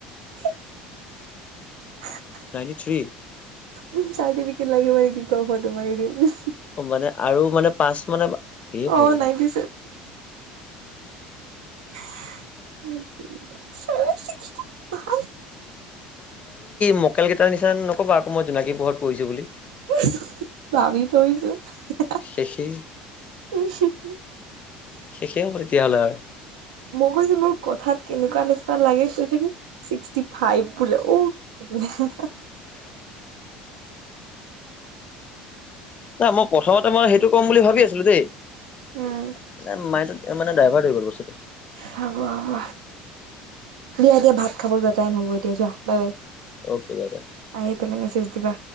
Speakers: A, on the right; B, on the left.
A: <unintelligible> <unintelligible>
B: Ninety three?
A: উমহু চাৰ্টিফিকেট লাগিব নেকি ক ফটো মাৰি দিম উম
B: ও মানে আৰু মানে পাচ মানে, এই ভগৱান
A: অ' নাইনটি ধেত তেৰিকা চেভেন ছিক্সটি ফা
B: মক্কেল কেইটাৰ নিচিনা নকবা আকৌ মই জোনাকী পোহৰত পঢ়িছো বুলি।
A: উমহ হু হু ভাবি থৈছো হেহেআ
B: শেষেই
A: উস উম হু
B: শেষেই হ'ব তেতিয়াহ'লে আৰ
A: মই কৈছো মোৰ কথাত কেনেকুৱা নিচিনাৰ লাগে কৈছে কি ছিক্সটি ফাইভ বোলে ও <unintelligible>
B: <unintelligible> নাই মই প্ৰথমতে মই সেইটো কম বুলি ভাবি আছিলো দেই নাই
A: উম
B: মাইনতত এ মানে ড্ৰাইভাৰ ধই গ'ল বস্তুটো
A: হব হ'ব। দিয়া দিয়া ভাত খাব যোৱাৰ টাইম হ'ব এতিয়া যোৱা bye bye,
B: okay bye bye
A: আহি পেলাই মেছেজ দিবা।